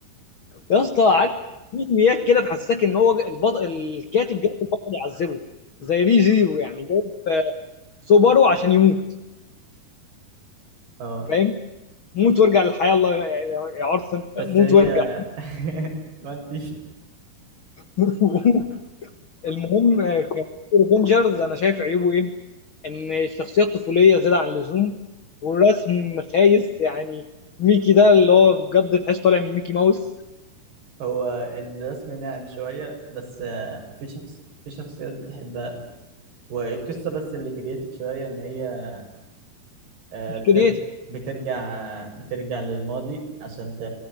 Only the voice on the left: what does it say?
يا اسطى عارف في انميات كده تحسسك ان هو البطل الكاتب جايب البطل يعذبه زي ري زيرو يعني جايب آه، سوبارو عشان يموت
فاهم موت وارجع للحياه الله يا يا عرس
موت
وارجع
<laughs> المهم آه، افنجرز انا شايف عيوبه ايه ان الشخصيه الطفوليه زياده عن اللزوم والرسم خايس يعني ميكي ده اللي هو بجد تحس طالع من ميكي ماوس
مش
كرييتيف